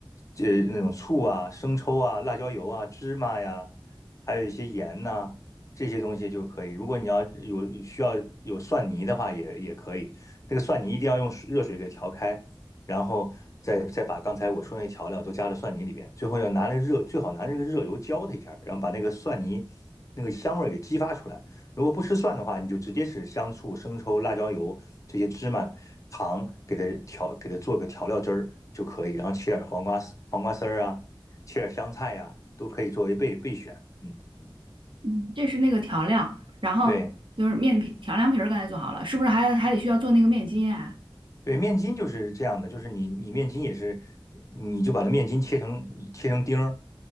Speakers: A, on the left (about 40°); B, on the right (about 70°).
A: 呃，那种醋啊、生抽啊、辣椒油啊、芝麻呀，还有一些盐呐、这些东西就可以。如果你要有需要有蒜泥的话也，也可以。那个蒜泥一定要用水热水给调开，然后再再把刚才我说那调料都加到蒜泥里边。最后要拿那个热，最好拿那个热油浇它一下，然后把那个蒜泥那个香味儿给激发出来。如果不吃蒜的话，你就直接是香醋、生抽、辣椒油这些芝麻、糖给它调，给它做个调料汁儿就可以，然后切点黄瓜丝、黄瓜丝儿啊，切点香菜呀、啊都可以作为备备选。嗯嗯，
B: 嗯，这是那个调料，然后就是面皮调凉皮儿刚才做好了，
A: 对。
B: 是不是还还得需要做那个面筋啊？
A: 对，面筋就是这样的，就是你你面筋也是，你就把它面筋切成切成丁儿，